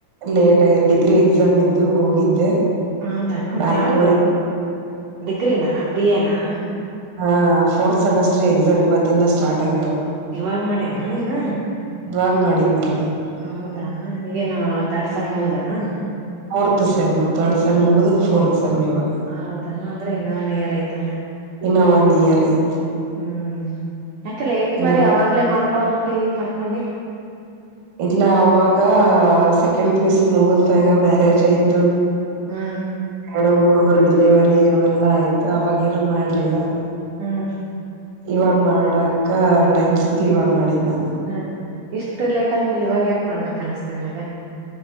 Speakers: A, on the right (about 70°); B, on the right (about 90°).
A: ಲೇಟ್ ಆಗೇತಿ ಡಿಗ್ರಿ ಎಕ್ಸಾಮ್ ಇದ್ದು ಹೋಗಿದ್ದೆ. <inaudible>
B: ಹೌದ ಏನ್
A: ನಾಲ್ಕೂವರೆ
B: ಯಾವದ ಡಿಗ್ರಿ ನಾ ಬಿ ಎ ನಾ? <inaudible>
A: ಹ ಫೋರ್ತ್ ಸೆಮಿಸ್ಟರ್ ಎಕ್ಸಾಮ್ ಇವತ್ತಿಂದ ಸ್ಟಾರ್ಟ್ ಆಗ್ಯಾವ? <inaudible>
B: ಇವಾಗ ಮಾಡೆ ನಾ ನೀನ್ <inaudible>
A: ಇವಾಗ ಮಾಡಿದ ನಾನ? <inaudible>
B: ಹೌದಾ ಈಗೇನು ಥರ್ಡ್ ಸೆಮ್ ಮುಗದವ ಏನ್? <inaudible>
A: Fourth sem. <inaudible> ತರ್ಡ್ ಸೆಮ್ ಮುಗದ ಫೋರ್ತ್ ಸೆಮ್ ಇವಾಗ
B: ಹೌದಾನ ಅಂದ್ರೆ ಇನ್ನ ಒನ್ ಇಯರ್ ಐತ
A: ಇನ್ನ ಒಂದ ಇಯರ್ ಐತಿ. <inaudible>
B: ಹೂ ಯಾಕ ಲೇಟ್
A: ಇನ್ನ
B: ಮಾಡಿ ಅವಾಗಲೇ ಮಾಡಕೋಳದಬಿಟ್ಟ ಈಗ ಮಾಡಕೊಂಡಿ. <inaudible>
A: ಇಲ್ಲ ಅವಾಗ ಸೆಕೆಂಡ್ ಪಿಯುಸಿ ಮುಗದ ಮ್ಯಾಗ ಮ್ಯಾರೇಜ್ ಆಯ್ತು. <inaudible>
B: ಹ <inaudible>
A: ಎಡು ಹುಡುಗರು ಡಿಲೆವರಿ ಅವ ಎಲ್ಲಾ ಆಯ್ತು ಅವಾಗೇರು ಏನು ಮಾಡಲಿಲ್ಲ? <inaudible>
B: ಹೂ <inaudible>
A: ಇವಾಗ್ ಮಾಡಕ್ಕ ಟೈಮ್ ಸಿಕ್ತ ಇವಾಗ್ ಮಾಡಿನೀ ನಾನು? <inaudible>
B: ಹೂ ಇಷ್ಟ ಲೇಟ್ ಆದ್ಮೇಲೆ ಇವಾಗ ಯಾಕೆ ಮಾಡಬೇಕ ಅನಸ್ತ ನಿನಗ? <inaudible>